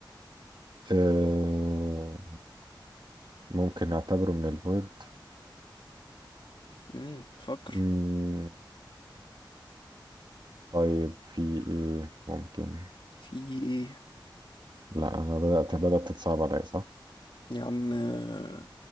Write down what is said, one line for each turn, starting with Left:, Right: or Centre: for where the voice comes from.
Right: آه. ممكن نعتبره من الفويد
Left: امم فكر
Right: مم، طيب في ايه ممكن
Left: في ايه
Right: لا انا بدأت بدأت تتصعب عليا صح
Left: يا عم آه،